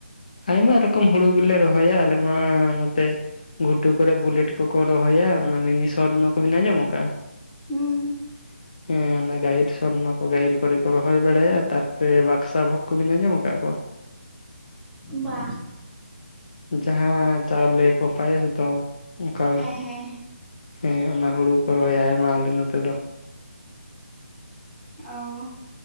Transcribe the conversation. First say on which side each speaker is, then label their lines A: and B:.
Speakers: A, on the left (about 35°); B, in the centre.
A: ᱟᱭᱢᱟ ᱨᱚᱠᱚᱢ ᱦᱩᱲᱩ ᱜᱮᱞᱮ ᱨᱚᱦᱚᱭᱟ ᱟᱞᱮ ᱢᱟ ᱱᱚᱛᱮ ᱜᱷᱩᱴᱩ ᱠᱚᱨᱮ ᱵᱩᱞᱮᱴ ᱠᱚᱠᱚ ᱨᱚᱦᱚᱭᱟ ᱚᱱᱟ ᱢᱤᱱᱤ ᱥᱚᱨᱱᱚ ᱠᱚᱵᱤᱱ ᱟᱸᱡᱚᱢ ᱟᱠᱟᱜ-ᱟ?
B: ᱦᱩᱸ᱾
A: <inaudible> ᱦᱮᱸ ᱚᱱᱟ ᱜᱟᱹᱦᱤᱨ ᱥᱚᱨᱱᱚ ᱠᱚ ᱜᱟᱹᱦᱤᱨ ᱠᱚᱨᱮ ᱠᱚ ᱨᱚᱦᱚᱭ ᱵᱟᱲᱟᱭᱟ ᱛᱟᱨ ᱯᱚᱨᱮ ᱵᱟᱠᱽᱥᱟ ᱵᱷᱳᱜᱽ ᱠᱚᱵᱤᱱ ᱟᱸᱡᱚᱢ ᱟᱠᱟᱫ ᱠᱚᱣᱟ?
B: ᱵᱟ᱾
A: ᱡᱟᱦᱟᱸ ᱪᱟᱣᱞᱮ ᱠᱚ ᱯᱟᱭᱮᱥ ᱫᱚ ᱚᱱᱠᱟ
B: ᱦᱮᱸ ᱦᱮᱸ
A: ᱦᱮᱸ ᱚᱱᱟ ᱦᱩᱲᱩ ᱠᱚ ᱨᱚᱦᱚᱭ ᱟᱭᱢᱟ ᱟᱞᱮ ᱱᱚᱛᱮ ᱫᱚ᱾
B: ᱚ᱾